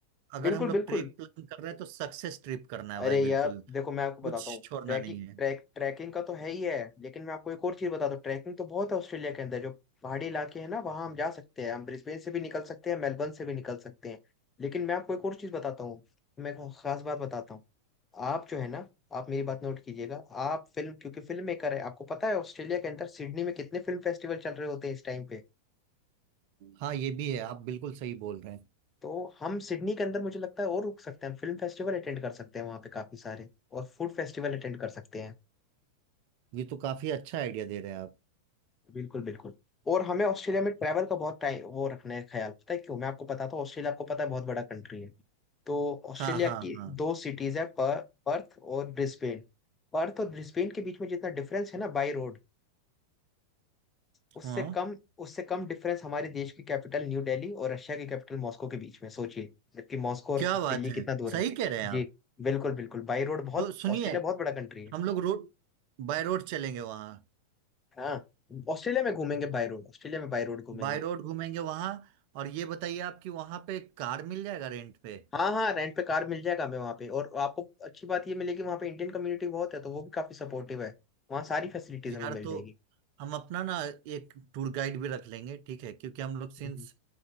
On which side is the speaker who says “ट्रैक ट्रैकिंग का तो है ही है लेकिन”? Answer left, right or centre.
Left